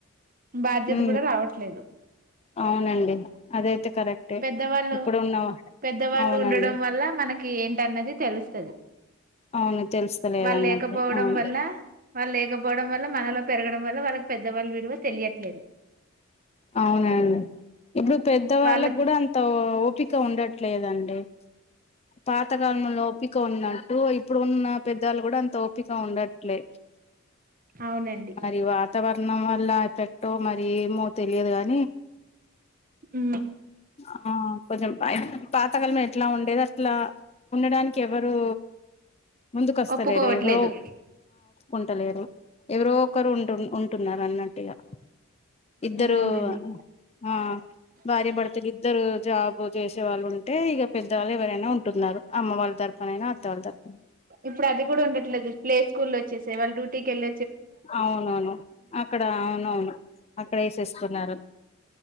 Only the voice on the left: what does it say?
ఉ
అవునండి అదైతే కరెక్టే
ఇప్పుడు ఉన్న
అవునండి
అవును తెలుస్తలేదు
అన్నట్టు
అవును
అవునండి ఇప్పుడు పెద్ద
వాళ్ళకి కూడా అంత ఓపికగా ఉండట్ ఉండట్లేదండి పాత కాలం ఓపిక ఇప్పుడు ఉన్న పెద్దళ్లు కూడా అంత ఓపిక ఉండట్లే
మరి వాతావరణం ఉన్నం వల్ల పెట్టో మరి ఏమో తెలియదు కానీ
ఆ కొంచెం అయి పాతకాలం ఎట్లా ఉండేది అట్లా ఉండడానికి ఎవరు ముందుకుస్తలే
ఇద ఇవరు ఉంటలేరు ఎవరో ఒకరు ఉంటు ఉంటున్నారు అన్నట్టుగా ఇద్దరు
ఆ భార్యాభర్తలు ఇద్దరు జాబు చేసేవాళ్ళు ఉంటే ఇక పెద్దవాళ్ళు ఎవరైనా ఉంటున్నారు అమ్మ వాళ్ళ తరపునైనా వాళ్ళ తరపున
అవునవును అక్కడ అవునవును అక్కడ వేసేసుకున్నారు